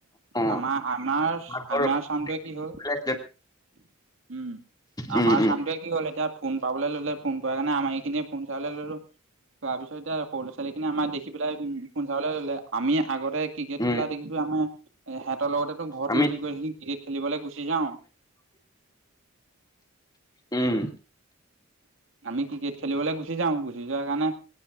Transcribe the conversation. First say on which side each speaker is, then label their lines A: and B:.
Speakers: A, on the left; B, on the right.
A: অ
B: আমাৰ আমাৰ
A: ঘৰৰ
B: আমাৰ
A: অকণমান
B: চামটো কি হ'ল উম।
A: ফালে আছিলে।
B: আমাৰ
A: উম উম
B: চামটোৱে কি হ'ল এতিয়া ফোন পাবলে ললে ফোন পোৱাৰ কাৰণে আমাৰ এইখিনিয়ে ফোন চাবলে ললোঁ। তাৰপিছত এতিয়া সৰু ল'ৰা ছোৱালীখিনিয়ে আমাক দেখি পেলাই ফোন চাবলে ল'লে। আমি আগতে ক্ৰিকেট
A: উম
B: খেলা দেখিছোঁ আমি এ হেতৰ লগতেটো ঘৰতনো
A: আমি
B: কি কৰি সি ক্ৰিকেট খেলিবলৈ গুচি যাওঁ।
A: উম
B: আমি ক্ৰিকেট খেলিবলে গুচি যাওঁ, গুচি যোৱা কাৰণে